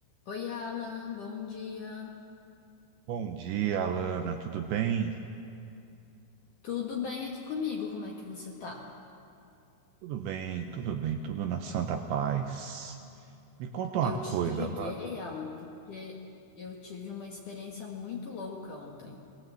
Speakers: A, on the left (about 60°); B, on the right (about 80°).
A: Oi, Alan, bom dia.
B: Bom dia, Alana. Tudo bem?
A: Tudo bem aqui comigo? Como é que você tá?
B: Tudo bem, tudo bem, tudo na santa paz. Me conta uma
A: Eu te
B: coisa,
A: liguei,
B: Alana.
A: Alan, porque eu tive uma experiência muito louca ontem.